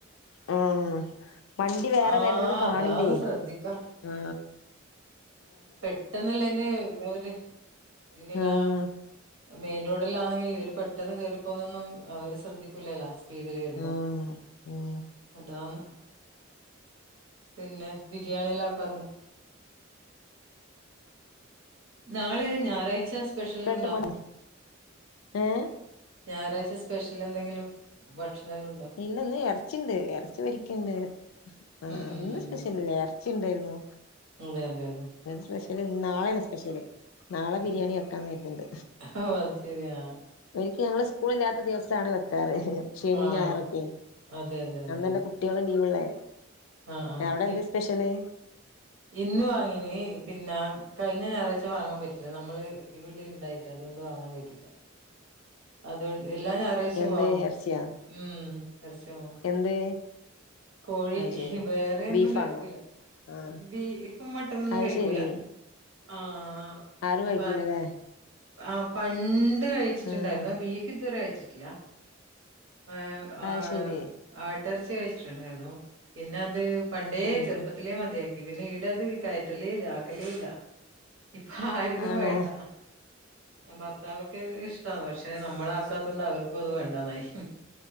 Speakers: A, on the left (about 85°); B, on the right (about 75°).
A: <unintelligible> ആ വണ്ടി വേറെ
B: ആഹ്
A: വരണത് കാണില്ലേ
B: അതാണ് ശ്രദ്ധിക്കാ
A: ആ
B: പെട്ടെന്നല്ല എന്റെ അവര് ഇങ്ങനെ
A: ആഹ്
B: മെയിൻ റോഡിലാന്നെങ്കിൽ ഇവര് പെട്ടെന്ന് കേയറിപ്പോന്നൊന്നും അവര് ശ്രദ്ധിക്കൂലല്ല സ്പീഡില് വരുമ്പോ
A: ആഹ് ഉം
B: അതാന്ന പിന്നെ ബിരിയാണിയെല്ലാം ആക്കാറുണ്ടോ? നാളെ ഞായറാഴ്ച്ച സ്പെഷ്യൽ
A: കേട്ട്
B: ഇണ്ടോ?
A: മണ് ഏഹ്
B: ഞായറാഴ്ച സ്പെഷ്യൽ എന്തെങ്കിലും ഭക്ഷണല്ല് ഉണ്ടോ?
A: ഇല്ലന്ന് അർച്ചിണ്ട് അർച്ചി വേടിക്ക്ണ്ട് ആ
B: ഉം ഉം
A: ഇന്ന്
B: ഉം
A: സ്പെഷ്യൽ
B: ഉം
A: ഇല്ല അർ ച്ചി ണ്ടായിർന്നു
B: അതെ അതെ അതെ
A: സ്പെഷ്യല് നാളേണ് സ്പെഷ്യല് നാളെ ബിരിയാണി
B: ഉം
A: വെക്കാന്ന് കെർത്ണ്ട്
B: ഓ അത് ശരിയാ
A: ഒരിക്കെ ഞങ്ങള് സ്കൂള് ഇല്ലാത്ത ദിവസാണ് വെക്കാറ് ശനി
B: ആ ആ.
A: ഞായറൊക്കെ
B: അതെ അതെ അതെ
A: അന്നല്ലേ
B: അതെ
A: കു കുട്ടിയാള് ലീവള്ളേ
B: ആ ആ
A: അവിടെ
B: ഇ
A: എന്താ സ്പെഷ്യല്
B: ഇന്ന് വാങ്ങീണേപിന്നെ കഴിഞ്ഞ ഞാറാഴ്ച്ച വാങ്ങാൻ പറ്റില്ല നമ്മള് ഇവിടെ ഇണ്ടായിട്ട് അതുകൊണ്ട് വാങ്ങാൻ പറ്റില്ല അത് കൊണ്ട് എല്ലാ ഞാ റായ്ച്ചിം
A: എന്ത്
B: വാങ്ങും
A: ഇറച്ചിയാ
B: ഉം <unintelligible>
A: എന്ത്
B: കോഴി
A: അത് ശരി
B: വേറെന്നും
A: ബീഫാണോ
B: കഴിക്കൂല.
A: ആഹ്
B: ബീഫും മട്ടനൊന്നും
A: അത്
B: കഴിക്കൂല
A: ശരി
B: ആഹ്
A: ആരും കഴിക്കില്ലല്ലേ
B: പ ആഹ് പണ്ട് കഴിച്ചിട്ടുണ്ടായിർന്നു
A: ആഹ്
B: ബീഫ് ഇതുവരെ കഴിച്ചിട്ടില്ല. ഏഹ് ആഹ്
A: അത് ശരി
B: ആട്ടർച്ചി കഴിച്ചിട്ടുണ്ടായിരുന്നു പിന്നെ അത് പണ്ടേ
A: അത്
B: ചെർപ്പത്തിലേ
A: ശരി
B: മതിയാക്കി പിന്നെ ഈട അത് കയറ്റലേ ഇല്ല ആക്കലേ ഇല്ല. ഇപ്പ ആർക്കും
A: ആണോ
B: വേണ്ട ഉം ഭർത്താവൊക്കെ ഇഷ് ടാണ്. പക്ഷെ നമ്മള് ആക്കാത്തോണ്ട് അവർക്കും അത് വേണ്ടന്നായി.